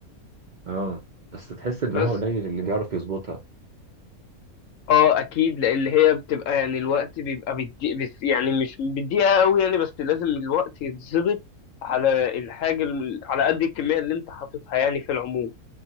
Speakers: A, on the right; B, on the left.
A: اه بس تحس ان
B: بس
A: هو قليل اللي بيعرف يظبطها
B: اه اكيد لان هي بتبقى يعني الوقت بيبقى بدي بس يعني مش بدقيقه قوي يعني بس لازم الوقت يتظبط على الحاجه ال- على قد الكميه اللي انت حاططها يعني في العموم